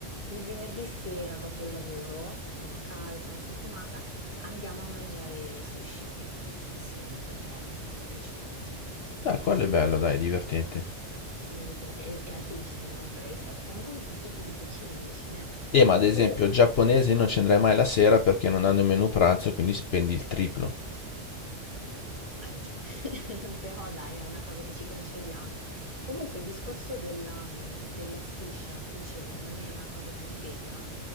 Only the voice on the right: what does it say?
Il venerdì sera dopo il lavoro, andiamo a casa, facciamo la sistemata, andiamo a mangiare sushi sempre tutti insieme perché è una cosa che piace a tutti.
Sì, perché e e anche lì ci scambiamo ancora ricette. Siamo proprio patiti di cucina, non ce n'è.
E
comunque.
Hai ragione, <laughs> però dai, è una cosa che ci concediamo. Comunque il discorso della, mm, della schiscia, che ti dicevo, non è una cosa che mi pesa,